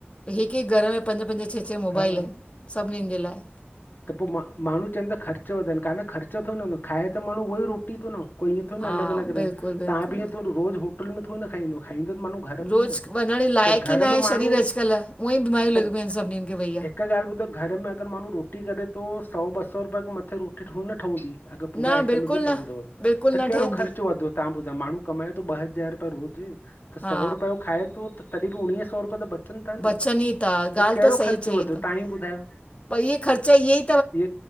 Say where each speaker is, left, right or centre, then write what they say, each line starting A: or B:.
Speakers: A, on the left; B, on the left.
A: हिकु, हिकु घर में पंज, पंज, छह, छह मोबाइल
B: हा
A: सभनि जे लाये।
B: त पो मां माण्हू चनि ता ख़र्चो वधनि कान ख़र्चो तो न हूंदो खाए त माण्हू उहो ई रोटी थो न। कोई इएं थोडी
A: हा
B: न अलॻि अलॻि रहे,
A: बिल्कुलु बिल्कुलु
B: त्वहां बि इएं तो रोज़ होटल में थोडे ई न खाईंदो, खाईंदो त माण्हू घर
A: रोज़
B: में ई न
A: वञण लाइक़ु
B: त घर
A: ई न आहे
B: में माण्हू
A: शरीर अॼुकल्ह, उअंई बीमारियूं
B: त
A: लॻियुं पयूं आहिनि सभिनीनि खे भईया।
B: हिकु गाल्हि ॿुधो घर में अॻरि माण्हू रोटी करे थो, सौ ॿ सौ रुपये खों मथे रोटी थोडी न ठवंदी। अॻरि
A: न
B: पूरा आइटम
A: बिल्कुलु
B: बि चवंदव,
A: न बिल्कुलु
B: त
A: न
B: कहिड़ो
A: ठहंदी
B: ख़र्चो वधो तव्हां ॿुधायो माण्हू कमाए थो ॿ हज़ार रुपये रोज़, त
A: हा
B: सौ रुपयो खाए थो तॾहिं बि उणिवीह सौ रुपये त बचनि था न,
A: बचनि ई था ॻाल्हि
B: त कहिड़ो
A: सही
B: ख़र्च
A: चई
B: वधो
A: अथऊं
B: तव्हां ई ॿुधायो।
A: पर ईहे खर्चा इएं
B: इय